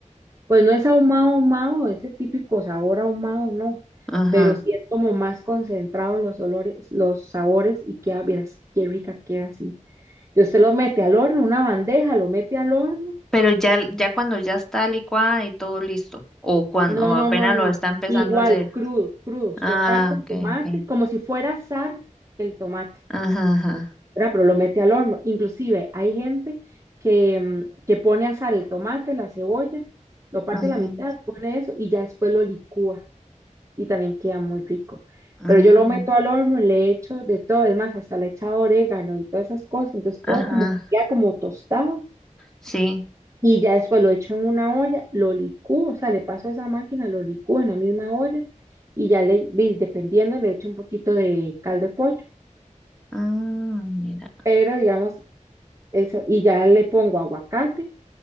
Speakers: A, on the right; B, in the centre.
A: Pues no es ahumado, ahumado, ese típico sabor ahumado, no,
B: ajá.
A: pero sí es como más concentrado los olores, los sabores y queda, vieras, qué rica queda así. Y usted lo mete al horno, una bandeja, lo mete al horno.
B: Pero ya, ya cuando ya está licuada y todo listo, o cuando
A: No,
B: o
A: no,
B: apenas
A: no, no.
B: lo está empezando
A: Igual,
B: a hacer.
A: crudo, crudo. Usted
B: Ah,
A: parte el
B: ok,
A: tomate
B: ok.
A: como si fuera asar el tomate,
B: Ajá, ajá.
A: ¿verdad? Pero lo mete al horno. Inclusive hay gente que, mm, que pone a asar el tomate, la cebolla, lo parte
B: Ujú,
A: a la mitad, pone eso y ya después lo licúa y también queda muy rico.
B: mm,
A: Pero yo lo meto al horno y le echo de todo, es más, hasta le he echado orégano y todas esas cosas, entonces
B: ajá,
A: todo como que queda como tostado
B: sí.
A: y ya después lo echo en una olla, lo licúo, o sea, le paso a esa máquina, lo licúo en la misma olla y ya le, di- dependiendo, le echo un poquito de caldo de pollo,
B: Mm, mira,
A: pero digamos, eso, y ya le pongo aguacate,